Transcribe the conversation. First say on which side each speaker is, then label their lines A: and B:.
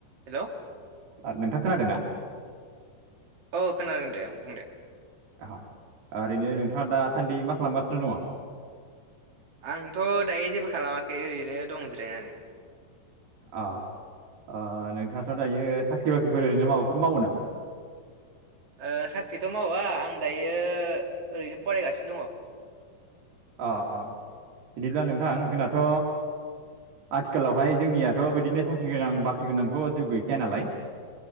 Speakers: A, on the right; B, on the right.
A: Hello
B: आ नोंथां खोनादों ना?
A: औ खोनादों दे ओं बुं दे
B: ओह' ओरैनो नोंथाङा दासान्दि मा खालामगासिनो दङ?
A: आंथ' दायो जेबो खालामाखै ओरैनो दं जिरायनानै।
B: अ। अ नोंथाङाथ' दायो साख्रि बाख्रिफोर ओरैनो माबाफोर मावो नामा?
A: ओ साख्रिथ' मावा आं दायो ओरैनो फरायगासिनो दङ।
B: अ-अ बिदिब्ला नोंथां जोंनाथ' आथिखालावहाय जोंनियाथ' बिदिनो साख्रि गोनां बाख्रि गोनांथ' जेबो गैखाया नालाय।